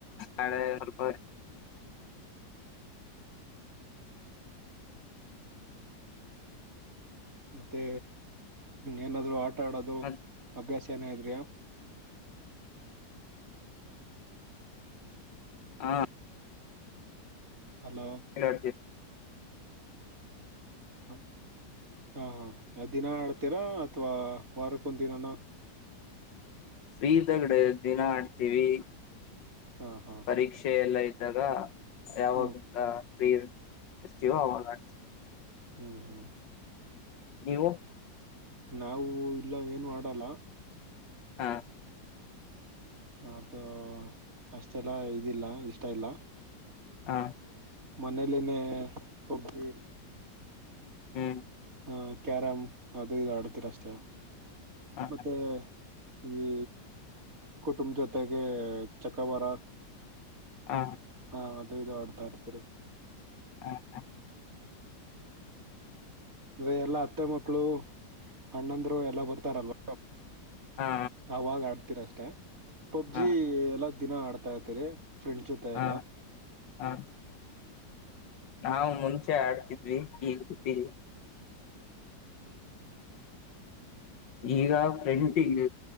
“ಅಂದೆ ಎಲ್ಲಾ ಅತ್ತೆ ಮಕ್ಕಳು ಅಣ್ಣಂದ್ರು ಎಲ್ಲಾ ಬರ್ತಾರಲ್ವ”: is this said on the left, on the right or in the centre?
Right